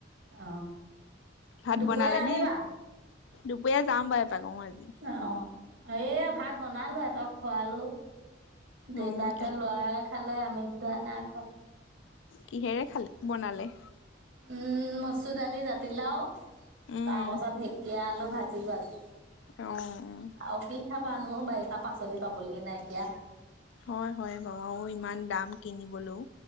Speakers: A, on the right; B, on the left.
A: অ
B: ভাত
A: দুপৰীয়া
B: বনালে
A: আহিবা
B: নে? দুপৰীয়া যাম বা এপাক অ আজি।
A: অ' এইয়া ভাত বনালো এতক খোৱালো। দেউতাকে,
B: অ কি
A: ল'ৰাই খালে আমি দুটাই নাই খোৱা।
B: কিহেৰে খাল বনালে?
A: উম মচুৰ দালি, জাতিলাও তাৰ
B: উম
A: পাছত ঢেকীয়া, আলু ভা জিলো আজি।
B: অ' উম।
A: আৰু কি খাবা নো অ বাৰিষা পাচলি পাবলৈ নাইকিয়া।
B: হয় হয় বাৰু আৰু ইমান দাম কিনিবলৈও।